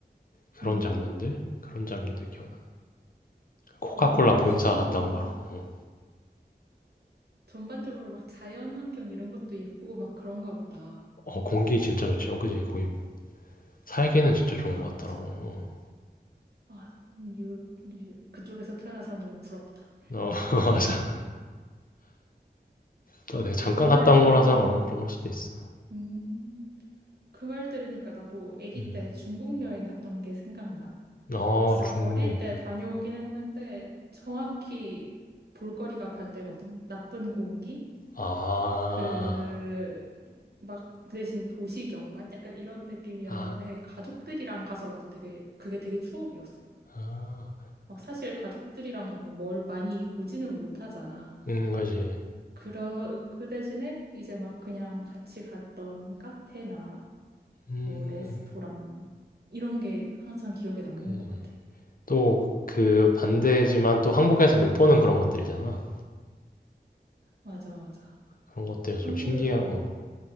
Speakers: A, on the left (about 55°); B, on the right (about 65°).
A: 그런
B: 응.
A: 장면들 그런 장면들 기억나. 코카콜라
B: 어,
A: 본사
B: 신기하다.
A: 갔다 온 거랑 어,
B: 전반적으로 막 자연 환경 이런 것도 예쁘고 막 그런가 보다.
A: 어, 공기 진짜 좋지. 어 그지 거기 살기는 진짜 좋은
B: 아,
A: 것
B: 맞아.
A: 같더라고. 어,
B: 아, 유, 유, 그쪽에서 태어난 사람 너무 부럽다.
A: 어, <laughs> 맞아. 또 내가 잠깐
B: 그 말
A: 갔다 온
B: 들으니,
A: 거라서 어, 그런 걸 수도 있어.
B: 음. 그 말 들으니까 나도 아기
A: 음.
B: 때 중국 여행 갔던 게 생각나.
A: 아
B: 진짜
A: 중국.
B: 어릴 때 다녀오긴 했는데 정확히 볼거리가 반대거든. 나쁜 공기?
A: 아,
B: 그, 막, 그 대신 도시 경관? 약간 이런 느낌이었는데
A: 아,
B: 가족들이랑 가서 나도 되게, 그게 되게 추억이었어.
A: 아,
B: 막 사실 가족들이랑 가면 뭘 많이 보지는 못하잖아.
A: 음, 그지.
B: 그러, 그 대신에 이제 막 그냥 같이 갔던 카페나
A: 음,
B: 뭐 레스토랑 이런 게 항상 기억에 남는
A: 그지.
B: 것 같아.
A: 또 그 반대지만 또 한국에서 못 보는 그런 것들이잖아.
B: 맞아, 맞아.
A: 그런 것들이 좀
B: 한국에서
A: 신기해, 어,